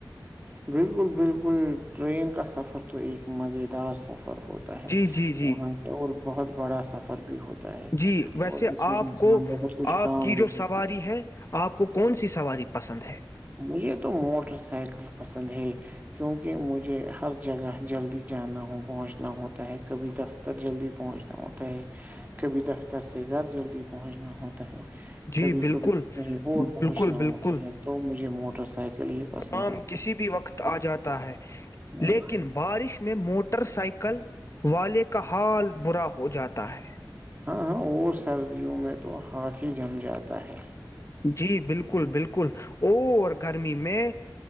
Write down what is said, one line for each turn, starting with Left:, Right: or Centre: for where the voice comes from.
Right: بالکل بالکل ٹرین کا سفر تو ایک مز دار سفر ر ہوتا ہے
Left: جی جی جی
Right: وہاں کے اور بہت بڑا سفر بھی ہوتا ہے ہوتا
Left: جی ویسے
Right: ہے اور اس میں
Left: آپ
Right: انسان
Left: کو
Right: بہت کچھ
Left: آپ کی
Right: بھی
Left: جو
Right: کرتا
Left: سواری ہے آپ کو کون سی سواری پسند ہے
Right: مجھے تو موٹر سائیکل پسند کیوںکہ مجھے ہر جگہ جلدی جانا ہو پہنچنا ہوتا ہے کبھی دفتر جلدی پہنچنا ہوتا ہے کبھی دفتر سے گھر جلدی پہنچنا ہوتا
Left: جی
Right: کبھی
Left: بالکل
Right: کبھی کہیں اور
Left: بالکل
Right: پہنچنا ہوتا
Left: بالکل
Right: ہے موٹر سائیکل <unintelligible> پسند
Left: کام
Right: ہے
Left: کسی بھی وقت آ جاتا ہے
Right: ہاں
Left: لیکن بارش میں موٹر سائیکل والے کا حال برا ہو جاتا ہے <unintelligible>
Right: ہاں ہاں وہ سردیوں میں تو ہاتھ ہی جم جاتا ہے
Left: جی بالکل بالکل اور گرمی میں